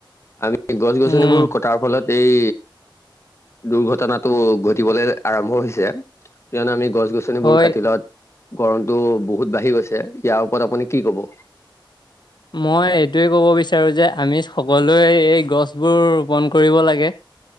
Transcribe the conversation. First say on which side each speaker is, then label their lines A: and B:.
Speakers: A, on the left; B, on the left.
A: আমি গছ গছনিবোৰ
B: উম
A: কটাৰ ফলত এই দুৰ্ঘটনাটো ঘটিবলৈ আৰম্ভ হৈছে কিয়নো আমি গছ গছ গছনিবোৰ
B: হয়
A: কাটিলত গৰমত বহুত বাঢ়ি গৈছে ইয়াৰ ওপৰত আপুনি কি ক'ব?
B: মই এইটোৱে ক'ব বিচাৰো যে আমি সকলোৱে এই গছবোৰ ৰোপন কৰিব লাগে